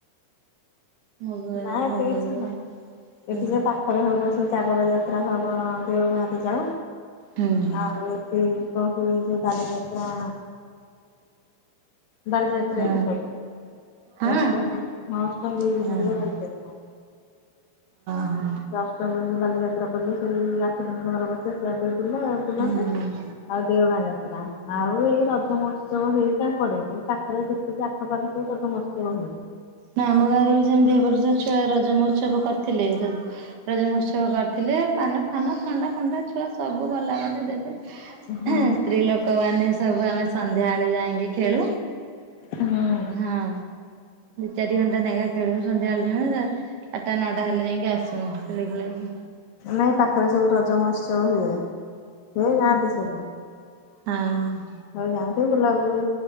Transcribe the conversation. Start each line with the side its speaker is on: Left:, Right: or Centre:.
Right: ମୋବାଇଲ
Left: ନାଁ ଏଠି
Right: ଫୋବାଇଲ
Left: କିଛି ନାଇଁ
Right: ହୁଁ
Left: ଏଠି ଯେ ପା କରେ ହେବ ସେ ଜାଗର ଯାତ୍ରା ହେବ ଦେଓ ଗାଁରେ ଯାଉ।
Right: ହୁଁ।
Left: ଆଉ ଏଠି କଣ ହୁଏ ଯେ ବାଲିଯାତ୍ରା। ବାଲିଯାତ୍ରା
Right: ହଁ
Left: ଏଇଠି ପଡେ
Right: ହଁ
Left: ଏଇ
Right: ହଁ
Left: ଅଷ୍ଟମି ହଁ ଅଷ୍ଟମି ବେଳକୁ
Right: ହଁ
Left: ପଡିବ ବାଲିଯାତ୍ରା।
Right: ହଁ
Left: ଅଷ୍ଟମି ବେଳକୁ ବାଲିଯାତ୍ରା ପଡ଼ିବ ସେଇ ରାଖି ଦିନ ପନ୍ଦର ଅଗସ୍ ଶେଷ ଯାତ୍ରା ଦିନ ବୁଲନ୍ତି
Right: ହଁ।
Left: ଆଉ ଦେଓଗାଁ ଯାତ୍ରା ଆଉ ଏଇ ରଜ ମହୋତ୍ସବ ହେଇ କାର୍ ପଡେନି ତାଙ୍କର ଯେତିକି ଆଖପାଖ ଥିବେ ତ ସମସ୍ତେ କହିବେ।
Right: ନା ଆମ ଗାଁରେ ବି ସେମିତି ଏବ ବର୍ଷ ଛୁଆ ରଜ ମହୋତ୍ସବ କରିଥିଲେ ଯଦ ରଜ ମହୋତ୍ସବ କରିଥିଲେ ପାନ ଫାନ ଥଣ୍ଡା ଫଣ୍ଡା ଛୁଆ ସବୁ ଗଲ ମାନେ ଦେବେ।
Left: ହୁଁ
Right: ସ୍ତ୍ରୀ ଲୋକମାନେ ସବୁ ଆମେ ସନ୍ଧ୍ୟାବେଳେ ଯାଇକି ଖେଳୁ।
Left: ହୁଁ।
Right: ହଁ। ଚାରି ଘଣ୍ଟା ନେଖା ଖେଲୁଚନ୍ତି ସନ୍ଧ୍ୟାବେଳ ଯାଏ, ଆଠଟା ନଅଟା ହେଲେ ଯାଇକି ଆସିବ ଖେଳିଖୁଳାକି।
Left: ନାଇଁ ପାଖରେ ସବୁ ରଜ ମହୋତ୍ସବ ହୁଏ, ହୁଏ ଯାଆନ୍ତି ସବୁ।
Right: ହଁ।
Left: ସବୁ ଯାଆନ୍ତି ବୁଲାବୁଲି,